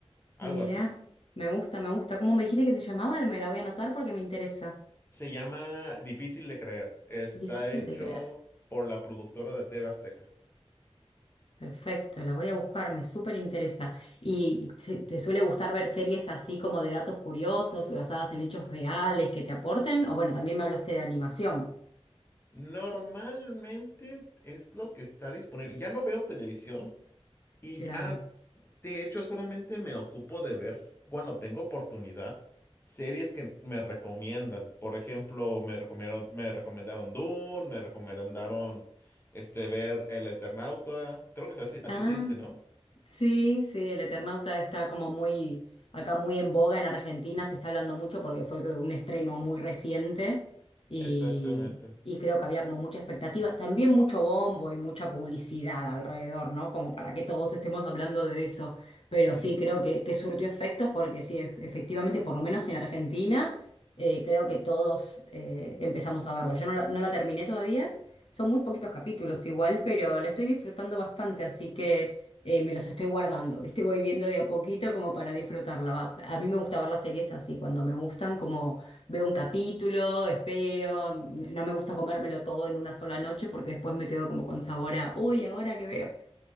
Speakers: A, on the left; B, on the left.
A: Algo
B: Mirá,
A: así.
B: me gusta, me gusta. ¿Cómo me dijiste que se llamaba? Me la voy a anotar porque me interesa.
A: Se llama Difícil de creer. Está
B: Difícil
A: hecho
B: de creer.
A: por la productora de TV Azteca.
B: Perfecto, la voy a buscar, me súper interesa. ¿Y se- te suele gustar ver series así como de datos curiosos, basadas en hechos reales que te aporten? O bueno, también me hablaste de animación.
A: Normalmente es lo que está disponible. Ya no veo televisión y
B: Claro.
A: ya, de hecho, solamente me ocupo de ver, s- cuando tengo oportunidad, series que me recomiendan. Por ejemplo, me recomendaron, me recomendaron Dune, me recomendaron este, ver El Eternauta. Creo que es así, así
B: Ah,
A: se dice, ¿no?
B: Sí, sí, el Eternauta está como muy, acá muy en boga en Argentina, se está hablando mucho porque fue un estreno muy reciente y,
A: Exactamente.
B: y creo que había como mucha expectativa, también mucho bombo y mucha publicidad alrededor, ¿no? Como para que todos estemos hablando de eso, pero
A: Sí.
B: sí, creo que, que surtió efectos porque sí, ef- efectivamente, por lo menos en Argentina, eh, creo que todos eh, empezamos a verla. Yo no la, no la terminé todavía, son muy poquitos capítulos igual, pero la estoy disfrutando bastante, así que eh, me los estoy guardando, ¿viste? Voy viendo de a poquito como para disfrutarla. va. A mí me gusta ver las series así, cuando me gustan, como veo un capítulo, espero, no me gusta comérmelo todo en una sola noche porque después me quedo como con sabor a, uy, ahora que veo.